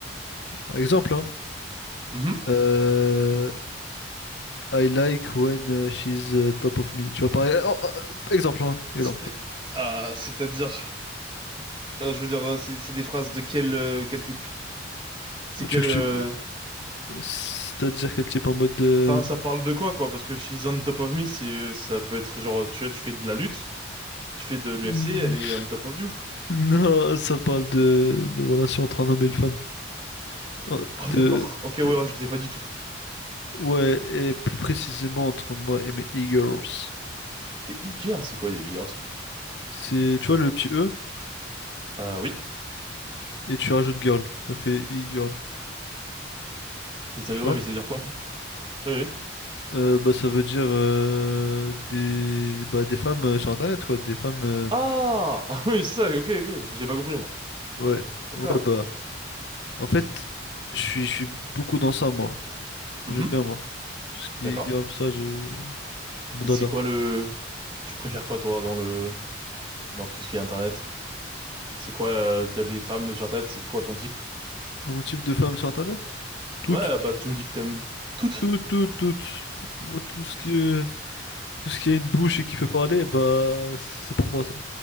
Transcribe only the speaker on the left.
par exemple, hein,
euh, I like when she's euh, top of me. Tu vois, pareil. oh, euh, exemple, hein, exemple.
Tu veux que
je te- C'est-à-dire quel type en mode de...
<laughs>
Hmm, Non, ça parle de, de relation entre un homme et une femme. Euh,
De...
euh,
Ouais, et plus précisément entre moi et mes e-girls.
C'est, tu vois, le petit E,
et tu rajoutes girl. Ça fait e-girl.
Tu
vois?
Euh, bah, ça veut dire euh, des, bah, des femmes euh, sur Internet, quoi. Des femmes. euh,
Ouais.
Ouais, bah. En fait, je suis, je suis beaucoup dans ça, moi.
J'aime bien, moi. Tout ce qui
est girl, tout ça, je... c'est mon
dada.
Mon type de femme sur Internet? Toutes.
Toutes, toutes, toutes. Moi, tout ce qui est... tout ce qui a une bouche et qui peut parler, bah, c'est pour moi, ça.